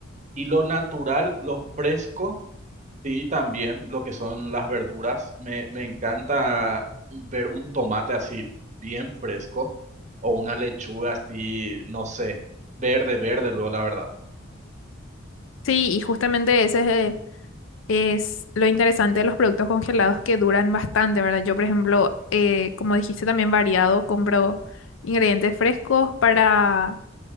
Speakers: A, on the right (about 35°); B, on the left (about 65°).
A: Y lo natural, lo fresco Sí, también lo que son las verduras. Me, me encanta ver un tomate así bien fresco o una lechuga así, no sé, verde, verde luego, la verdad.
B: Sí, y justamente ese es, eh, es lo interesante de los productos congelados que duran bastante, ¿verdad? Yo, por ejemplo, eh, como dijiste, también variado, compro ingredientes frescos para